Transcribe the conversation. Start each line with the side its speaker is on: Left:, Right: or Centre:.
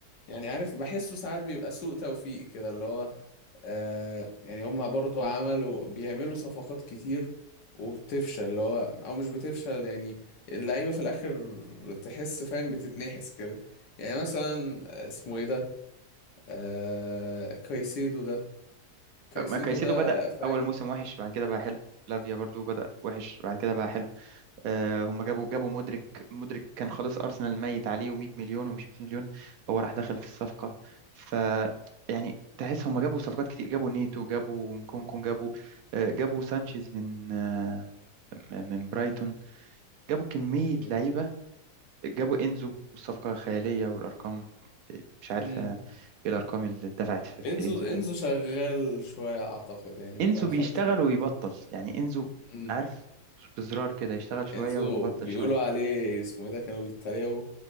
Left: يعني عارف بحسه ساعات بيبقى سوء توفيق كده اللي هو آه يعني هما برضو عملوا بيعملوا صفقات كتير وبتفشل اللي هو او مش بتفشل يعني اللعيبة في الاخر تحس فاهم بتتنحس كده يعني مثلا آه، اسمه ايه ده آه... كايسيدو ده كايسيدو
Right: آه، ما كايسيدو
Left: ده
Right: بدأ
Left: فاهم
Right: اول موسم وحش بعد كده بقى حلو لافيا برضو بدأ وحش بعد كده بقى حلو آه، هم جابوا جابوا مودريك مودريك كان خلاص ارسنال ميت عليه و100 مليون ومش 100 مليون هو راح دخل في الصفقه ف يعني تحس هم جابوا صفقات كتير جابوا نيتو جابوا نكونكو جابوا آه، جابوا سانشيز من آه، م- من برايتون جابوا كميه
Left: اوكي
Right: لعيبه جابوا انزو والصفقه خياليه والارقام آه، مش عارف
Left: امم
Right: انا ايه الارقام اللي اتدفعت في في
Left: انزو
Right: انزو
Left: انزو
Right: دي
Left: شغال شوية اعتقد يعني
Right: انزو
Left: كخط
Right: بيشتغل
Left: نص
Right: ويبطل يعني انزو
Left: امم
Right: عارف بزرار كده يشتغل شويه
Left: انزو
Right: ويبطل
Left: بيقولوا
Right: شويه
Left: عليه اسمه ايه ده كانوا بيتريقوا